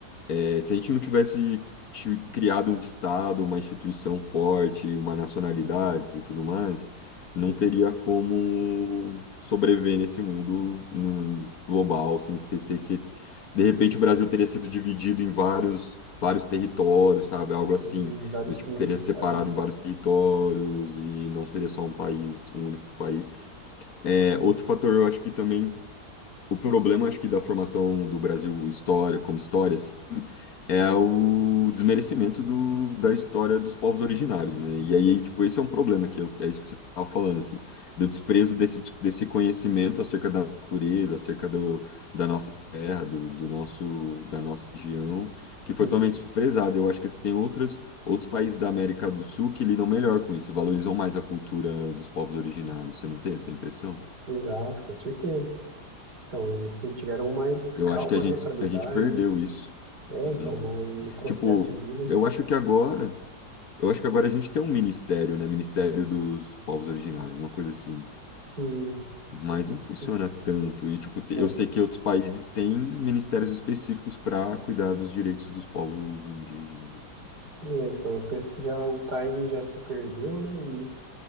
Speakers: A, on the left; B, on the right.
A: é, se a gente não tivesse ti- criado um Estado, uma instituição forte, uma nacionalidade e tudo mais, não
B: Sim,
A: teria como sobreviver nesse mundo hum, global sem ser, ter, se- de repente o Brasil teria sido dividido em vários vários territórios, sabe? Algo assim,
B: em vários
A: do tipo teria separado
B: países.
A: em vários territórios e não seria só um país, um único país. É, outro fator, eu acho que também o problema, acho que da formação do Brasil história, como história é o desmerecimento do, da história dos povos originários, né? E aí, tipo, esse é um problema, que eu- é isso que você estava falando, assim, do desprezo desse, dis- desse conhecimento acerca da natureza, acerca do, da nossa terra, do, do nosso, da nossa região, que
B: Sim,
A: foi totalmente desprezado. Eu acho que tem outras, outros países da América do Sul que lidam melhor com isso e valorizam mais a cultura dos povos originários. Você não tem essa impressão?
B: exato, com certeza. Então, eles te- tiveram mais
A: Eu
B: calma,
A: acho que a gente,
B: né, para lidar,
A: a gente perdeu
B: né?
A: isso.
B: É, então,
A: Uhum.
B: no, no processo
A: Tipo,
B: ali, né?
A: eu acho que agora. Eu acho que agora a gente tem um ministério, né? Ministério dos Povos Originários, alguma coisa assim.
B: Sim,
A: Mas
B: eu acredito
A: não funciona
B: que sim.
A: tanto. E, tipo, te-
B: É,
A: eu sei que outros países têm ministérios específicos para cuidar dos direitos dos povos indígenas. e tudo.
B: é, então, eu penso que já o timing já se perdeu, né? E